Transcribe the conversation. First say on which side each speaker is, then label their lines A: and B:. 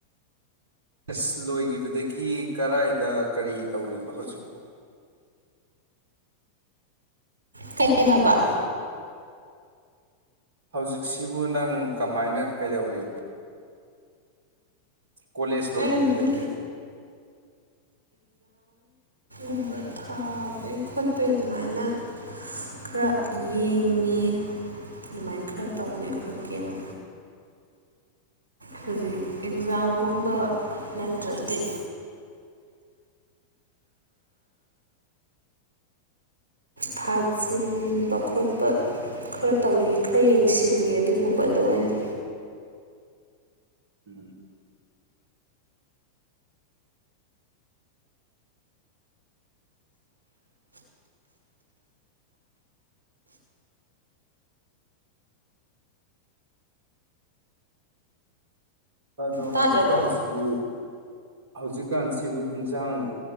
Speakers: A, on the right (about 55°); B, on the right (about 75°).
A: ꯀꯦꯁ ꯂꯣꯏꯈꯤꯕꯗꯒꯤ ꯀꯔꯥꯏꯗ ꯀꯔꯤ ꯇꯧꯔꯤꯕ ꯍꯧꯖꯤꯛꯄꯣ
B: ꯇꯍꯕ
A: ꯍꯧꯖꯤꯛꯁꯤꯕꯨ ꯅꯪ ꯀꯃꯥꯏꯅ ꯀꯩꯗꯧꯔꯤꯕ ꯀꯣꯂꯦꯖ ꯑꯣꯏꯒꯤꯕ
B: ꯑꯩ ꯑꯗꯨꯝ
A: ꯇꯦꯡ ꯀꯦ
B: ꯨꯝꯕ ꯊꯥꯕꯩ ꯈꯣꯠꯄꯩ ꯑꯗꯨꯃꯥꯏꯅ ꯈꯔ ꯌꯦꯡꯉꯦ ꯑꯗꯨꯃꯥꯏꯅ ꯈꯔ ꯇꯧꯒꯦ ꯈꯣꯠꯀꯦꯅ ꯍꯧꯖꯤꯛ ꯑꯦꯛꯖꯥꯝꯒꯨꯝꯕ ꯅꯠꯇ꯭ꯔꯗꯤ ꯊꯥꯖꯤꯟꯕ ꯈꯣꯠꯄ ꯈꯔ ꯇꯧꯔꯤ ꯈꯔ ꯌꯦꯡꯁꯤꯜꯂꯤ ꯑꯗꯨꯒꯨꯝꯕꯗꯣ ꯑꯣꯏꯅ
A: ꯎꯝ ꯑꯗꯣ
B: ꯇꯥꯗ꯭ꯔꯕꯣ
A: ꯍꯧꯖꯤꯛꯀꯥꯟꯁꯤꯕꯨ ꯍꯧꯖꯤꯛꯀꯥꯟꯁꯤꯕꯨ ꯍꯟꯁꯥꯡ